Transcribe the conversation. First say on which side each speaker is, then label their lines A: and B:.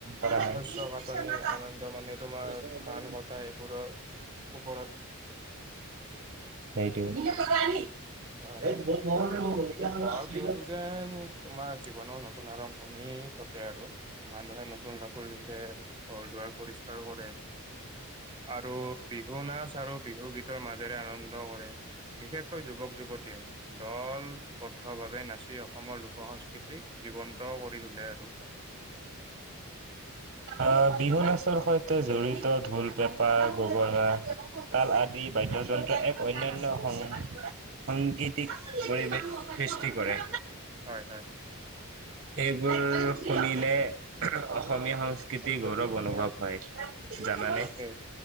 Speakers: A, on the right; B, on the right.
A: কৰা হয়।
B: শস্য কাটনি আনন্দ মানে তোমাৰ ধান কটা এইবোৰৰ ওপৰত।
A: সেইটোয়েই। <unintelligible>
B: আহ বহাগ বিহুটো যেন তোমাৰ জীৱনৰ নতুন আৰম্ভণি ঘটে আৰু। মানুহে নতুন কাপোৰ পিন্ধে, ঘৰ-দুৱাৰ পৰিষ্কাৰ কৰে। আৰু বিহু নাচ আৰু বিহু গীতৰ মাজেৰে আনন্দ কৰে। বিশেষকৈ যুৱক-যুৱতীয়ে। দল বদ্ধ ভাৱে নাচি অসমৰ লোক সংস্কৃতিক জীৱন্ত কৰি তোলে আৰু। <unintelligible>
A: আ, বিহু নাচৰ সৈতে জড়িত ঢোল, পেঁপা, গগনা। তাল আদি বাদ্যযন্ত্ৰ এক অন্যান্য সং সংগীতিক পৰিৱেশ সৃষ্টি কৰে।
B: হয়, হয়।
A: এইবোৰ শুনিলে। অসমীয়া সংস্কৃতিৰ গৌৰৱ অনুভৱ হয়। জানানে?
B: তাকে,